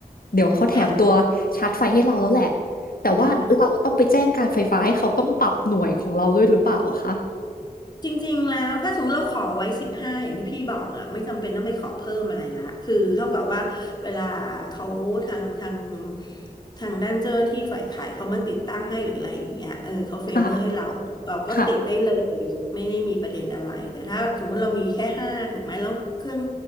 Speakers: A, on the left; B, on the left.
A: เดี๋ยวเขาแถมตัวชาร์จไฟให้เราแล้วแหละ
B: ค่ะ
A: แต่ว่าเราต้องไปแจ้งการไฟฟ้าให้เขาต้องปรับหน่วยของเราด้วยหรือเปล่าอะคะ
B: ใช่ จริงๆแล้วถ้าสมมติเราขอไว้สิบห้าอย่างที่พี่บอกอะไม่จำเป็นต้องไปขอเพิ่มอะไรละคือเท่ากับว่าเวลาเขาทางทางทางด้านเจ้าหน้าที่ฝ่ายขายเขามาติดตั้งให้หรืออะไรอย่างเงี้ยเออเขาเฟเวอร์ให้เราเราก็ติดได้เลยไม่ได้มีประเด็นอะไรแต่ถ้าสมมติเรามีแค่ห้าถูกไหมแล้วเครื่อง
A: ค่ะค่ะ